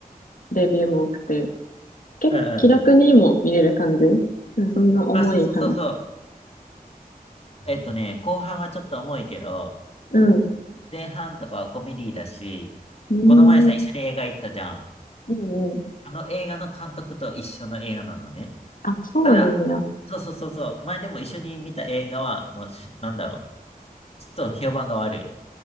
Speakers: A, on the left; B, on the left.
A: レビューも多くて、結構気楽にも見れる感じ。
B: うんうん。
A: うんそんな重い話。
B: あ、そうそうそうそう。えっとね、後半はちょっと重いけど、
A: うん。
B: 前半とかはコメディだし、
A: うーん、
B: この前さ、一緒に映画行ったじゃん。
A: うんうん。
B: あの映画の監督と一緒の映画なのね。
A: あ、そうなんや。
B: ただ、そうそうそうそう。前でも一緒に見た映画は、もうし、なんだろう。ちょっと評判が悪い。